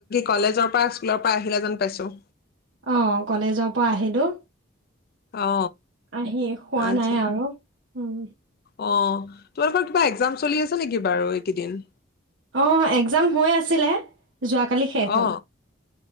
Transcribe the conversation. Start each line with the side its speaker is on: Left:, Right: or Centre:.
Left: কলেজৰ পৰা, স্কুলৰ পৰা আহিলে যেন পাইছো।
Right: অ কলেজৰ পৰা আহিলো
Left: অ
Right: আহি খোৱা
Left: আচ্ছা
Right: নাই আৰু উম
Left: অ তোমালোকৰ কিবা একজাম চলি আছে নেকি বাৰু এইকেইদিন
Right: অ একজাম হৈ আছিলে যোৱাকালি শেষ হ'ল
Left: অ